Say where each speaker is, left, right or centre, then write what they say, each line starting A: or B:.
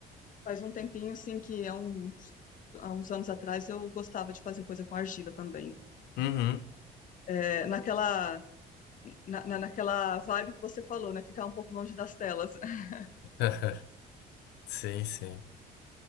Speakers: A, on the left (about 50°); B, on the left (about 80°).
A: Faz um tempinho, assim, que há uns, há uns anos atrás eu gostava de fazer coisa com argila também.
B: Uhum.
A: É, naquela, na, na- naquela vibe que você falou, né? Ficar um pouco longe das telas. <laughs>
B: <laughs> Sim, sim.